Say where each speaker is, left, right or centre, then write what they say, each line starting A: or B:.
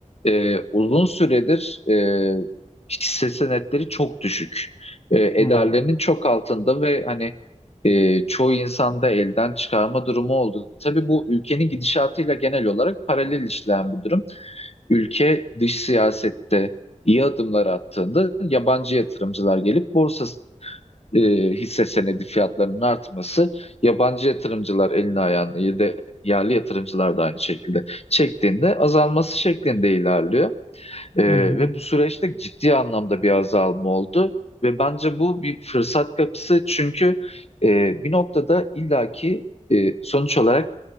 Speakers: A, on the left; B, on the left.
A: e, uzun süredir e, hisse senetleri çok düşük. E,
B: Hı
A: ederlerinin
B: hı
A: çok altında ve hani e, çoğu insanda elden çıkarma durumu oldu. Tabii bu ülkenin gidişatıyla genel olarak paralel işleyen bir durum. ülke dış siyasette iyi adımlar attığında yabancı yatırımcılar gelip borsa e, hisse senedi fiyatlarının artması, yabancı yatırımcılar elini ayağını ya da yerli yatırımcılar da aynı şekilde çektiğinde azalması şeklinde ilerliyor. E,
B: hı
A: ve bu süreçte ciddi anlamda bir azalma oldu. Ve bence bu bir fırsat kapısı çünkü e, bir noktada illaki e, sonuç olarak